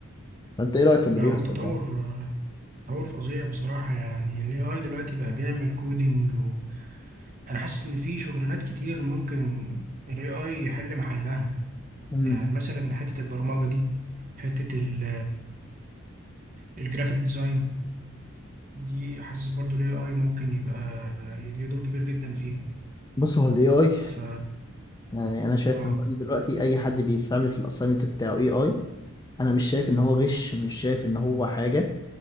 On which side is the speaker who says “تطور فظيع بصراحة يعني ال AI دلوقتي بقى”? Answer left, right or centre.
Right